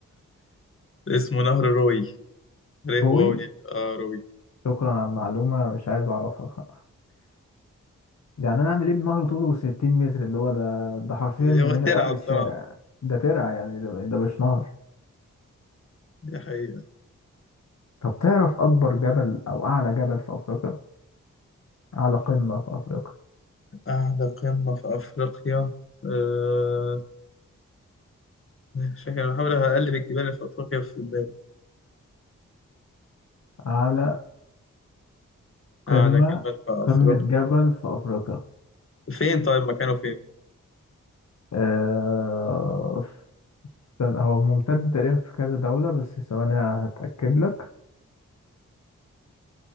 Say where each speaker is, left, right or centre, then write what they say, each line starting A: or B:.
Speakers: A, on the left (about 45°); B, on the left (about 60°).
A: اسمه نهر روي ريه
B: روي
A: واوي آه روي
B: شكرا على المعلومة مش عايز اعرفها يعني انا اعمل ايه بنهر طوله 60 متر اللي هو ده ده حرفيا من
A: هو ترعة
B: هنا لاخر
A: بصراحة
B: الشارع ده ترعة يعني ده, ده مش نهر
A: دي حقيقة
B: طب تعرف اكبر جبل او اعلى جبل في افريقيا على قمة في أفريقيا
A: أعلى قمة في أفريقيا أه شكل بحاول أقلب الجبال اللي في أفريقيا في بالي
B: على قمة
A: اه ده جبل في افريقيا
B: قمة جبل في أفريقيا
A: فين طيب مكانه فين
B: آه ف- هو ممتد تقريبا في كذا دولة بس ثواني هتأكد لك